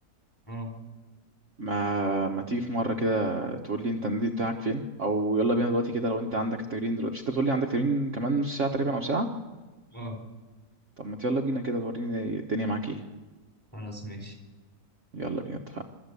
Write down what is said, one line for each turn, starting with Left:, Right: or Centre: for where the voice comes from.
Centre: اه
Right: ما ما تيجي في مره كده تقول لي انت النادي بتاعك فين او يلا بينا دلوقتي كده لو انت عندك التمرين دلوقتي مش انت بتقول لي عندك تمرين كمان نص ساعه تقريبا او ساعه
Centre: اه
Right: طب ما يلا بينا كده وريني الدنيا معاك ايه
Centre: خلاص ماشي
Right: يلا بينا اتفقنا